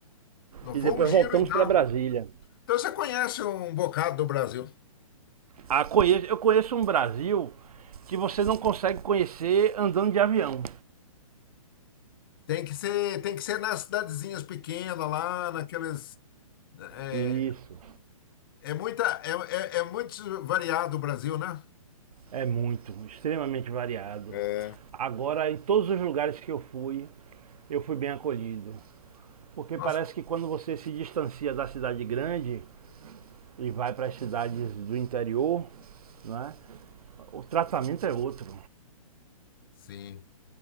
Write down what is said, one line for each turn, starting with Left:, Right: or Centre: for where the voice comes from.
Left: Não
Right: E
Left: foi
Right: depois
Left: um giro,
Right: voltamos
Left: então.
Right: para Brasília.
Left: Então você conhece um bocado do Brasil.
Right: Ah, conheço- eu conheço um Brasil que você não consegue conhecer andando de avião.
Left: Tem que ser, tem que ser nas cidadezinhas pequenas, lá naqueles. É,
Right: Isso.
Left: é muita, é, é, é muito variado o Brasil, né?
Right: É muito, extremamente variado.
Left: É.
Right: Agora, em todos os lugares que eu fui, eu fui bem acolhido. Porque
Left: Nossa,
Right: parece que quando você se distancia da cidade grande e vai para as cidades do interior, né, O tratamento é outro.
Left: sim.